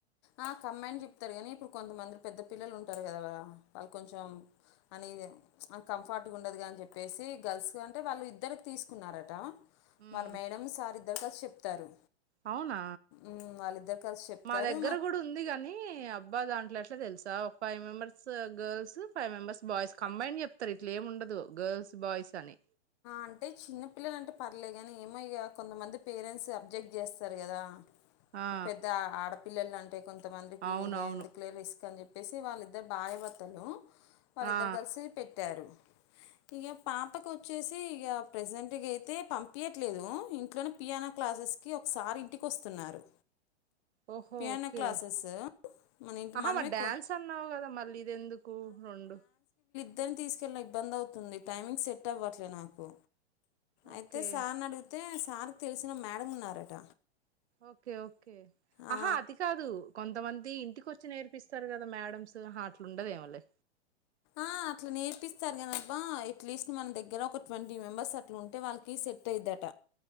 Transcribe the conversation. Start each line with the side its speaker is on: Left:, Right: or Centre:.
Left: ఆ కంబైన్డ్ చెప్తరు కానీ ఇప్పుడు కొంతమంది పెద్ద పిల్లలు ఉంటరు కదా వాళ్ళు కొంచెం అని ఈజీ కంఫర్ట్ గా ఉండదు కదా అని చెప్పేసి గర్ల్స్ అంటే వాళ్ళు ఇద్దరికి తీసుకున్నారట
Right: ఉమ్.
Left: వాళ్ళ మేడం సార్ ఇద్దరు కలిసి చెప్తారు
Right: అవునా
Left: ఉమ్, వాళ్ళిద్దరు కలిసి చెప్తారు
Right: మా దగ్గర కూడా ఉంది కాని అబ్బా దాంట్లో ఎట్ల ట్ల తెలుసా ఒక five members girls five members boys combined చెప్తరు ఇట్ల ఏముండదు గర్ల్స్ బాయ్స్ అని
Left: అంటే చిన్నపిల్లల అంటే పర్లేదు కానీ ఏమో ఇగ కొంతమంది పేరెంట్స్ అబ్జెక్ట్ చేస్తరు కదా
Right: ఆ
Left: పెద్ద ఆడపిల్లలు అంటే కొంతమందికి
Right: అవునవును
Left: ఎందుకులే రిస్క్ అని చెప్పి చెప్పేసి వాళ్ళిద్దరు భార్యభర్తలు వాళ్ళిద్దరు
Right: ఆ
Left: కలిసి పె ట్టారు ఇక పాపకు వచ్చ చ్చేసి ప్రజెంట్గాయితే పంపియ్యట్లేదు ఇంట్లోనే పియానో క్లాసెస్కి ఒక సార్ ఇంటికీ వస్తున్నారు
Right: ఓహో
Left: పియానో
Right: ఓకే
Left: క్లాసెస్ మన ఇంటి
Right: ఆహా
Left: మనమే
Right: మరి డ్యాన్స్
Left: కు-
Right: అన్నావు కదా మళ్ళీ ఇదెందుకు రెండు
Left: ఇద్దరిని తీసుకెళ్ళడం ఇబ్బంది అవుతుంది టైమింగ్ సెట్ అవ్వట్లే నాకు
Right: ఓకే
Left: అయితే సార్ని అడిగితే సార్కి తెలిసిన మేడం ఉన్నారట
Right: ఓకే ఓకే
Left: ఆ,
Right: ఆహా అది కాదు కొంతమంది మంది ఇంటికి వచ్చి నేర్పిస్తారు కదా మ్యాడమ్స్ ఆహా అట్లు ఉండదేమోలే
Left: ఆ అట్ల నేర్పిస్తారు కానబ్బ ఎట్లీస్ట్ మన దగ్గర ఒక ట్వంటీ మెంబర్స్ అట్ల ఉంటే వాళ్ళకి సెట్ అయిద్దట